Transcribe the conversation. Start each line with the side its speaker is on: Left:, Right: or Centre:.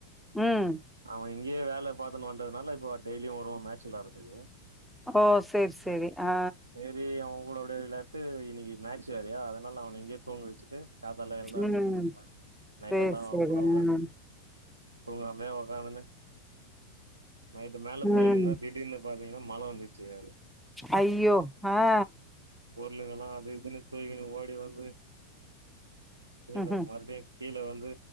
Centre: ம்
Right: அவே இங்கயே வேல பாத்துன்னு வண்டதுனால இப்போ டெய்லியு வருவா மேட்ச் விளாட்றதுக்கு
Centre: ஓ சேர் சேரி ஆ
Right: சேரி அவே கூட அப்டியே விளாண்ட்டு இன்னக்கி மேட்ச் வேறையா அதனால அவன இங்கயே தூங்க வச்சிட்டு காத்தால எழுந்து
Centre: ம்
Right: அனுப்புவோன்னு நைட்
Centre: சேரி
Right: எல்லா
Centre: சேரி
Right: அவன் கூட
Centre: ம்
Right: ஒக்காந்துன்னு தூங்காமயே ஒக்காந்துன்னு நைட் மேல தூங்கின்னு
Centre: ம்
Right: இருந்தே திடீன்னு பாத்தீங்கன்னா மழ வந்துருச்சி வேற
Centre: அய்யோ ஆ
Right: பொருளுங்கல்லா அது இதுன்னு தூக்கின்னு ஓடி வந்து கீழ
Centre: ம்ஹ்ம்
Right: மறுடியு கீழ வந்து